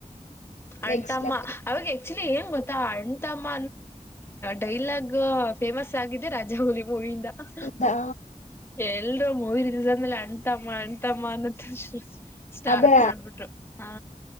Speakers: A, on the left (about 20°); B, on the left (about 65°).
A: ಅಣಂತಮ್ಮ
B: ನೆಕ್ಸ್ಟ್ ಲೆವೆಲ್
A: ಅವಾಗ ಆಕ್ಚುಲಿ ಏನ್ ಗೊತ್ತಾ ಅಣಂತಮ್ಮ. ಡೈಲಾಗ್ ಫೇಮಸ್ ಆಗಿದೆ ರಾಜಾವುಲಿ ಮೂವಿ. ಮ್.
B: ಹೌದಾ
A: ಎಲ್ರೂ ಮೂವಿರಿಸಂದೇ ಆ. ಎಂತ ಮಾಡ ಎಂತಮ್ಮನ. ಸ್ಟಾರ್ಟ್
B: ಅದೇ
A: ಮಾಡ್ಬಿಟ್ಟು ಹಾ.